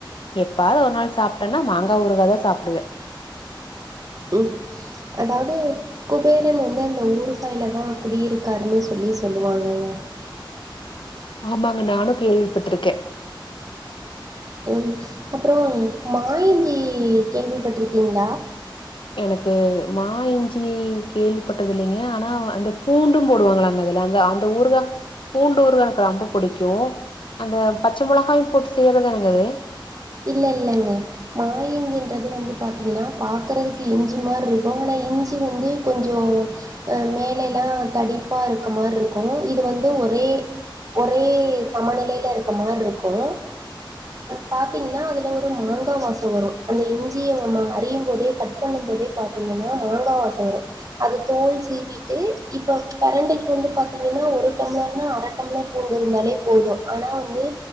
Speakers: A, on the left; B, on the right.
A: எப்பாது ஒரு நாள் சாப்ட்டேன்னா மாங்கா ஊறுகா தா சாப்டுவே
B: ம் அதாவ்து குபேரன் வந்து அந்த ஊறுகாய்ல தா குடியிருக்காருன் சொல்லி சொல்லுவாங்கங்க
A: ஆமாங்க நானு கேள்விபட்ருக்கே
B: ம் அப்புறோ மா இஞ்சி கேள்விபட்ருக்கீங்ளா
A: எனக்கு மாயிஞ்சி கேள்விப்பட்டதில்லைங்க ஆனா அந்த பூண்டும் போடுவாங்களாங்க அதுல அந்த அந் இந்த ஊறுகா பூண்டு ஊறுகா எனக்கு ரொம்ப பிடிக்கு அந்த பச்ச மொளகாயும் போட்டு செய்றதானுங்க அது
B: இல்ல இல்லங்க மாயிஞ்சின்றது வந்து பாத்தீங்ன்னா பாக்குறதுக்கு இஞ்சி மார் இருக்கு ஆனா இஞ்சி வந்து கொஞ்சோ அ மேலேல்லா தடிப்பா இருக்க மார் இருக்கு இது வந்து ஒரே ஒரே சமநெலையில இருக்க மாரி இருக்கு ஆ பாத்தீங்கனா அதுல ஒரு மங்கா வாசோ வரு அந்த இஞ்சிய நம்ம அறியு போதே கட் பண்ணு போதே பாத்தீங்கன்னா மாங்கா வாசோ வரு அது தோல் சீவிட்டு இப்ப பெரண்டைக்கு வந்து பாத்தீங்கனா ஒரு டம்ளர்னா அர டம்ளர் பூண்டு இருந்தாலே போது ஆனா வந்து